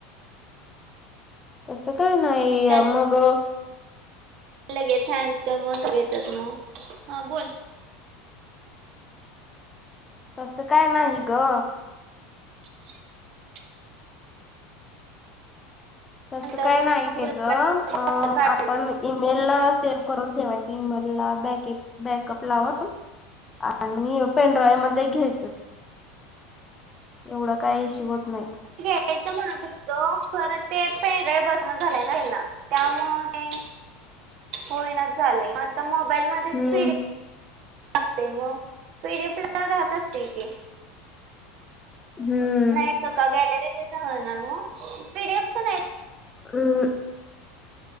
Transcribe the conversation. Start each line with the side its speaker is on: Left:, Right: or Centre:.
Left: तसं काय नाही
Right: आणि
Left: मग.
Right: लगेच ह्यांचं मन घेतात मग, हा बोल.
Left: तसं काय नाही ग.
Right: <unintelligible>
Left: तस
Right: नंतर
Left: काय
Right: मग
Left: नाही.. त्याच
Right: तुला
Left: अ...
Right: काय काढायचे
Left: आपण ईमेल ला सेव करून ठेवायची इमेलला बॅकेप-बॅकअप ला अ आणि यो पेनड्राईव्ह मध्ये घ्यायचं. एवढा काय इश्यू होत नाही.
Right: याच म्हण फक्त, खरं ते पेराळ बसण झालंय ना ह्याना. त्यामुळ ते... होईना झालय आता मोबाईल मध्ये
Left: Hmm
Right: पि. D. एफ. ते मग पीडीएफला राहत असतील की.
Left: हम्म.
Right: गॅलरीत पण हलणार मग पिडीएफ पण आहे <unintelligible>
Left: हं.